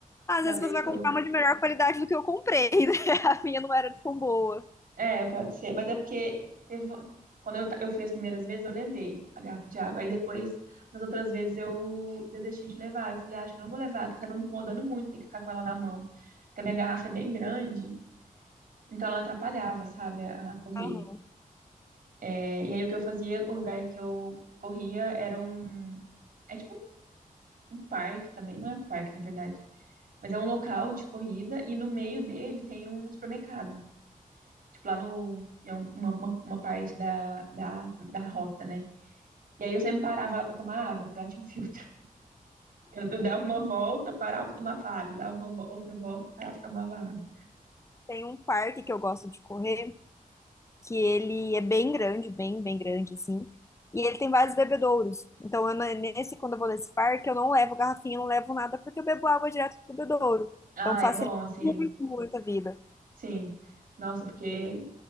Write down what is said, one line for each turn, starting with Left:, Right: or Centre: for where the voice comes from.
Left: Às
Right: pra
Left: vezes
Right: ver
Left: você vai
Right: se
Left: comprar
Right: eu
Left: uma de melhor qualidade do que eu comprei, né? <laughs> A minha não era tão boa.
Right: É, pode ser, mas é porque teve- quando eu, ta- eu fui as primeiras vezes, eu levei a garrafa de água. Aí depois, nas outras vezes, eu desisti de levar. Eu falei, "Ah, acho que eu não vou levar, porque tava me incomodando muito ter que ficar com ela na mão. Porque a minha garrafa é bem grande, então ela atrapalhava, sabe, a, a correr.
Left: Aham.
Right: É, e aí o que eu fazia, o lugar que eu corria era um. É tipo um parque também, não é um parque, na verdade. Mas é um local de corrida e no meio dele tem um supermercado. Tipo, lá no. em um- Uma, uma, uma parte da, da, da rota, né? E aí eu sempre parava lá para tomar água, porque lá tinha filtro. Eu, eu dava uma volta, parava, tomava água, dava uma vo- outra volta, parava, tomava água.
Left: Tem um parque que eu gosto de correr. que ele é bem grande, bem, bem grande, assim. E ele tem vários bebedouros. Então, eu, na- nesse, quando eu vou nesse parque, eu não levo garrafinha, eu não levo nada, porque eu bebo água direto do bebedouro.
Right: Ah,
Left: Então, facilita
Right: é bom, assim,
Left: muito, muito a vida.
Right: sim. Nossa, porque